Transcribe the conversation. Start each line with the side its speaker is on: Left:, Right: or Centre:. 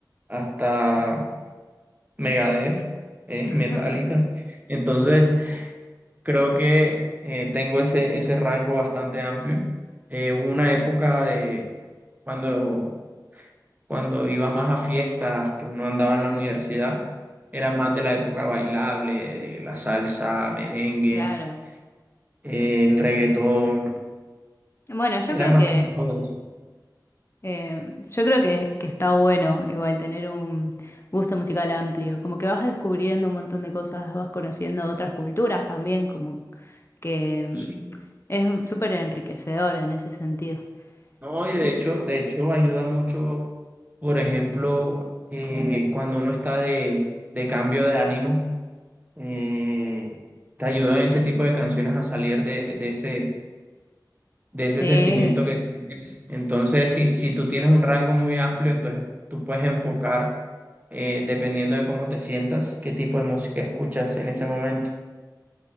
Right: hasta Megadeth, es
Left: <laughs>
Right: <laughs> Metallica. Entonces, creo que eh, tengo ese, ese rango bastante amplio. Eh, hubo una época de cuando, cuando iba más a fiestas, que uno andaba en la universidad, era más de la época bailable, de la salsa, merengue,
Left: claro.
Right: eh, el reggaetón,
Left: Bueno, yo
Right: era
Left: creo
Right: más
Left: que
Right: que todo eso.
Left: eh, yo creo que, que está bueno igual tener un gusto musical amplio, como que vas descubriendo un montón de cosas, vas conociendo otras culturas también, como que mm,
Right: Sí.
Left: es súper enriquecedor en ese sentido.
Right: No, y de
Left: Mm,
Right: hecho, de hecho ayuda mucho, por ejemplo, eh, cuando uno está de, de cambio de ánimo, eh, te ayudan ese tipo de canciones a salir de, de ese, de ese
Left: Sí,
Right: sentimiento que tienes. Entonces, si, si tú tienes un rango muy amplio, entonces tú puedes enfocar, eh, dependiendo de cómo te sientas, qué tipo de música escuchas en ese momento.